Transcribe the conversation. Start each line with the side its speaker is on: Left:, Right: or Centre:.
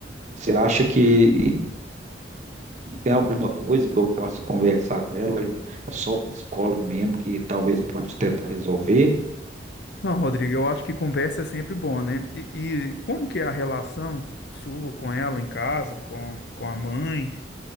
Right: Você acha que tem alguma coisa que eu possa conversar com ela, ou é só o psicólogo mesmo, que talvez pode tentar resolver?
Left: Não, Rodrigo, eu acho que conversa é sempre bom, né? E, e como que é a relação sua com ela em casa, com, com a mãe?